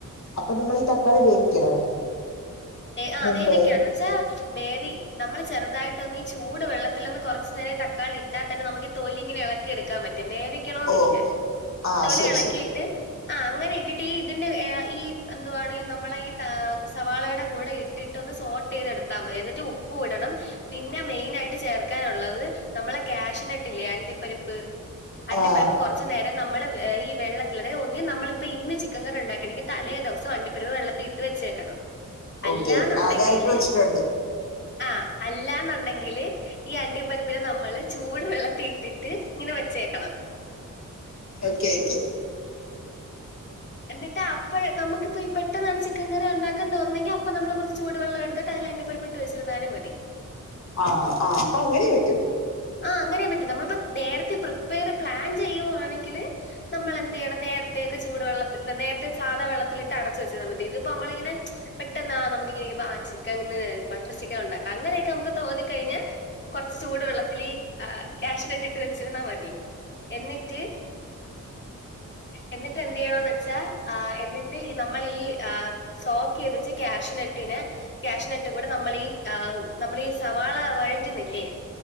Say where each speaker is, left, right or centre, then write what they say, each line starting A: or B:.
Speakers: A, on the left; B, on the left.
A: അപ്പൊ നമ്മൾ ഈ തക്കാളി വേവിക്കണോ
B: ആഹ്
A: മുമ്പേ
B: വേവിക്ക എന്ന് വെച്ചാ വേവി നമ്മൾ ചെറുതായിട്ടൊന്ന് ഈ ചൂട് വെള്ളത്തില് ഒന്ന് കുറച്ചു നേരം തക്കാളി ഇട്ടാ തന്നെ നമുക്ക് തൊലിങ്ങനെ ഇള ക്കി എടുക്കാം പറ്റും. വേവിക്കണോന്നില്ല.
A: ഓ ആ
B: തൊലി
A: ശരി
B: എളക്കീട്ട്
A: ശരി
B: ആ അങ്ങനെഇട്ടിട്ടീ ഇതിന്റെ എ ഈ എന്തുവാണ് നമ്മളെ ഈ താ സവാളേടെ കൂടെ ഇട്ടിട്ട് ഒന്ന് സോൾട്ട് ചെയ്ത എടുത്താ മതി എന്നിട്ട് ഉപ്പു ഇടണം പിന്ന മെയിൻ ആയിട്ട് ചേർക്കാനുള്ളത് നമ്മളെ ക്യാഷിനട്ടില്ലേ അണ്ടിപ്പരിപ്പ് അണ്ടിപ്പരിപ്പ്
A: ആ
B: കുറ ച്ച് നേരം നമ്മള് എ ഈ വെള്ളത്തില് തെ ഒന്ന് നമ്മളിപ്പ ഇന്ന് ചിക്കം കറിണ്ടാക്കണങ്കി തലേ ദെവസം അണ്ടിപ്പരപ് വെള്ളത്തി റെച്ചേക്കണം അല്ലാന്നുണ്ടെങ്കില്
A: ഓക്കെ ഓക്കെ ആ ഞാൻ ഇട്ട് വെച്ചിട്ടുണ്ട്
B: ആ അല്ലാ ന്നുണ്ടെങ്കില് ഈ അണ്ടിപരിപ്പ് പിന്നെ നമ്മള് ചൂട് വെള്ളത്തി ഇട്ടിട്ട് ഇങ്ങനെ വെച്ചേക്കണം
A: ഒക്കെ ക്കെ
B: എന്നിട്ട് അപ്പഴ് നമുക്കിപ്പോ പെട്ടെന്നാണ് ചിക്കൻ കറിണ്ടാക്കുന്ന തോന്നുന്നങ്കി അപ്പ നമ്മള് കുറച്ച് ചൂടു വെള്ളം എടുത്തിട്ട് അതില് അണ്ടിപരിപ്പ് ട്ട് വെച്ചിരുന്നാലും മതി
A: ആഹ് ആ അപ്പൊ അങ്ങനെ പറ്റൂ
B: ആഹ് അങ്ങനെയും പറ്റും നമ്മളിപ്പോ നേരത്തെ പ്രിപ്പയർ പ്ലാൻ ചെയ്യുവാണെങ്കില് നമ്മള് എന്ത് ചെയ്യണം നേരത്തെക്കെ ചൂട് വെള്ളത്തി നേരത്തെ സാധ വെള്ളത്തിലിട്ട് അടച്ചു വച്ചാൽ മതി ഇതിപ്പോ നമ്മളിങ്ങനെ പെട്ടെന്ന നമുക്ക് ഇങ്ങനുമ്പ ആ ചിക്കൻ ബട്ടർ ചിക്കൻ ഉണ്ടാക്കാം അങ്ങനെയൊക്കെ നമുക്ക് തോന്നിക്കഴിഞ്ഞാ കുറച്ച് ചൂട് വെള്ള ഇതിലീ കാശ്യുനട്ട് ഇട്ട് വെച്ചിരുന്നാ മതി എന്നിട്ട് എന്നിട്ട് എന്ത് ചെയ്യണഎന്ന് വെച്ചാ എന്നിട്ട് ഈ നമ്മൾ ഈ സോക്ക് ചെയ്ത് വെച്ച ക്യാഷനെട്ടിനെ ക്യാഷിനട്ടും കൂട നമ്മളീ ആ നമ്മളീ സവാള വഴറ്റ്ന്ന്ല്ലേ